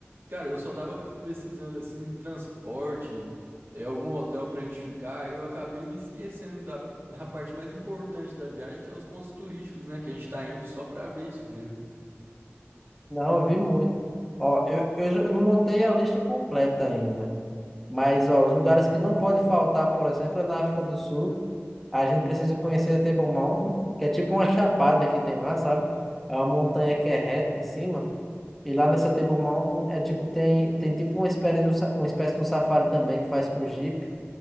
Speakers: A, on the right; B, in the centre.
A: cara, eu só tava <laughs> pesquisando assim, transporte, é, algum hotel pra gente ficar, eu acabei me esquecendo da, <laughs> da parte mais importante da viagem, que é os pontos turísticos, né? Que a gente tá indo só pra ver isso mesmo.
B: não, eu vi muito. Ó, eu, eu já- eu não montei a lista completa ainda. Mas, ó, os lugares que não pode faltar, por exemplo, é na África do Sul. A gente precisa conhecer a Table Mountain, que é tipo uma <laughs> chapada que tem lá, sabe? É uma montanha que é reta em cima. E lá nessa Table Mountain é tipo, tem, tem tipo uma espécie de um, sa- uma espécie de um safari também que faz com Jeep.